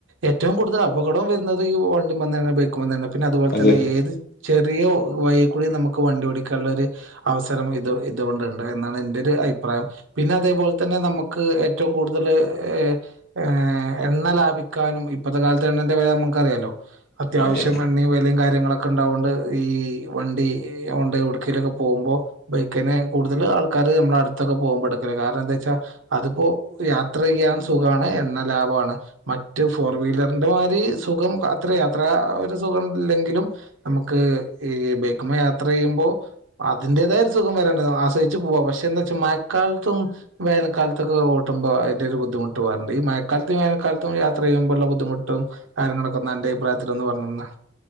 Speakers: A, on the right (about 80°); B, on the left (about 50°).
A: ഏറ്റവും കൂടുതൽ അപകടം വരുന്നത് ഈ വണ്ടിമ്മന്നന്നെ ബൈക്ക്മ്മന്നന്നേണ്. പിന്നെ അതുപോലതന്നെ
B: അതെ അതെ
A: ഏത് ചെറിയ വഴിയിൽ കൂടി നമുക്ക് വണ്ടി ഓടിക്കാനുള്ള ഒരു അവസരം ഇത് ഇതുകൊണ്ട്ണ്ട് എന്നാണ് എന്റെരു അഭിപ്രായം പിന്നെ അതേപോലെ തന്നെ നമുക്ക് ഏറ്റവും കൂടുതൽ ഏഹ് ഏഹ് എണ്ണ ലാഭിക്കാനും ഇപ്പത്തെ കാലത്തെ എണ്ണന്റെ വില നമുക്കറിയാലോ അത്യാവശ്യം
B: അതെ അതെ
A: എണ്ണേം വേ എല്ലേയ്ങ്കാര്യങ്ങളൊക്കെ ഉണ്ടാവൊണ്ട് ഈ വണ്ടി ഇ ഒണ്ടെവ്ട്‌ക്കേലൊക്കെ പോകുമ്പോ ബൈക്കിന് കൂടുതൽ ആൾക്കാര് നമ്മുടെ അടുത്തൊക്കെ പോകുമ്പോട്ക്കല് കാരണം എന്താ വെച്ചാ അതിപ്പോ യാത്ര ചെയ്യാൻ സുഖാണ്. എണ്ണ ലാഭാണ് മറ്റ് ഫോർ വീലറിന്റെ മാരി സുഖം അത്ര യാത്ര ഒരു സുഖംല്ല എൻങ്കിലും നമുക്ക് ഈ ബൈക്ക്മ്മെ യാത്ര ചെയ്യുമ്പോ അതിന്റതായൊരു സുഖം വേറെണ്ട് <unintelligible> <unintelligible> പോവാ പക്ഷെ എന്താ വെച്ചാ മഴക്കാലത്തും വേനക്കാലത്തൊക്കെ ഓട്ടുമ്പോ അതിന്റെ ഒരു ബുദ്ധിമുട്ട് <unintelligible> മഴക്കാലത്തും വേനൽക്കാലത്തും യാത്ര ചെയ്യുമ്പോഴുള്ള ബുദ്ധിമുട്ടും കാര്യങ്ങളൊക്കെ ഒ എന്റെ അഭിപ്രായത്തില് പറഞ്ഞെന്നാ